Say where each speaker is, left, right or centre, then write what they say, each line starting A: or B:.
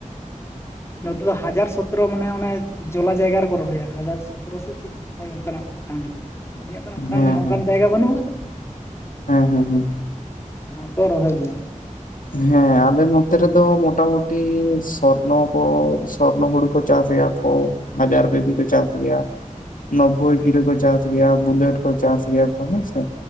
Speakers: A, on the left (about 20°); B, on the left (about 85°).
A: ᱱᱚᱛᱮ ᱫᱚ ᱦᱟᱡᱟᱨ ᱥᱚᱛᱨᱚ ᱢᱟᱱᱮ ᱚᱱᱮ ᱡᱚᱞᱟ ᱡᱟᱭᱜᱟ ᱨᱮᱠᱚ ᱨᱚᱦᱚᱭᱟ᱾ ᱦᱟᱡᱟᱨ ᱥᱚᱛᱨᱚ ᱥᱮ ᱪᱮᱫ? ᱦᱳᱭ ᱚᱱᱠᱟᱱᱟᱜ ᱠᱟᱱᱜᱮᱭᱟ, ᱟᱹᱞᱤᱧᱟᱜ ᱫᱚ ᱱᱟᱜ ᱠᱷᱟᱱ
B: ᱦᱮᱸ
A: ᱚᱝᱠᱟᱱ
B: ᱦᱮᱸ
A: ᱡᱟᱭᱜᱟ ᱵᱟᱹᱱᱩᱜ ᱠᱟᱫᱟ ᱛᱚ᱾
B: ᱦᱮᱸ ᱦᱮᱸ ᱦᱮᱸ᱾
A: ᱚᱱᱟ ᱠᱚ ᱨᱚᱦᱚᱭ ᱜᱮᱭᱟ᱾
B: ᱦᱮᱸ ᱟᱞᱮ ᱱᱚᱛᱮ ᱨᱮᱫᱚ ᱢᱚᱴᱟ ᱢᱩᱴᱤ ᱥᱚᱨᱱᱚ ᱠᱚ ᱥᱚᱨᱱᱚ ᱦᱩᱲᱩ ᱠᱚ ᱪᱟᱥ ᱜᱮᱭᱟ ᱠᱚ ᱦᱟᱡᱟᱨ ᱵᱮᱵᱤ ᱠᱚ ᱪᱟᱥ ᱜᱮᱭᱟ᱾ ᱱᱚᱵᱵᱳᱭ
A: ᱦᱩᱸ
B: ᱜᱤᱨᱟᱹ ᱠᱚ ᱪᱟᱥ ᱜᱮᱭᱟ ᱵᱩᱞᱮᱴ ᱠᱚ ᱪᱟᱥ ᱜᱮᱭᱟ ᱠᱚ ᱦᱮᱸ ᱥᱮ